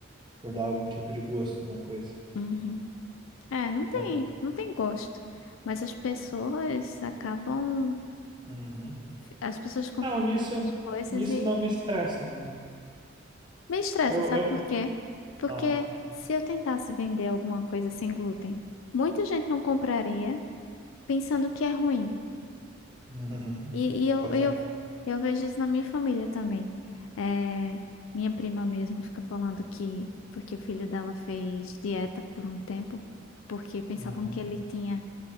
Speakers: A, on the right (about 20°); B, on the left (about 75°).
A: por dar algum tipo de gosto na coisa.
B: Uhum. É, não tem,
A: Mas,
B: não tem gosto. Mas as pessoas acabam,
A: uhum.
B: as pessoas confundem
A: Não, nisso,
B: as coisas
A: nisso
B: e
A: não me estressa, não.
B: me estressa,
A: Eu,
B: sabe
A: eu...
B: por quê? Porque
A: Ah,
B: se eu tentasse vender alguma coisa sem glúten, muita gente não compraria pensando que é ruim.
A: uhum.
B: E, e eu,
A: Pois
B: eu,
A: é.
B: eu vejo isso na minha família também. É, minha prima mesmo fica falando que porque o filho dela fez dieta por um tempo, porque pensavam
A: Uhum.
B: que ele tinha